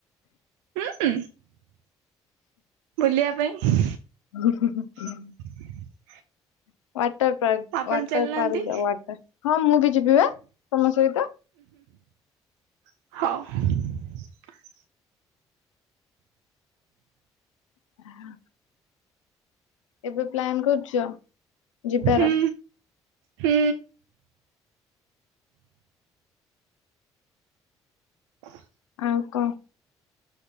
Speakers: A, on the right; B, on the left.
A: ହୁଁ ହୁଁ ବୁଲିବା ପାଇଁ।
B: ହୁଁ ହୁ ହୁଁ।
A: <inaudible>
B: <unintelligible> ୱାଟର ପାର୍କ,
A: ଆପଣ
B: ୱାଟର
A: ଚାଲୁନାହାନ୍ତି
B: ପାର୍କ ଯାଅ ୱାଟର, ହଁ ମୁଁ ବି ଯିବି ବା ତମ ସହିତ। <inaudible>
A: ହୋଉ।
B: <unintelligible> ଏବେ ପ୍ଲାନ୍ କରୁଛ ଯିବାର
A: ହୁଁ ହୁଁ। <inaudible>
B: ଆଉ କ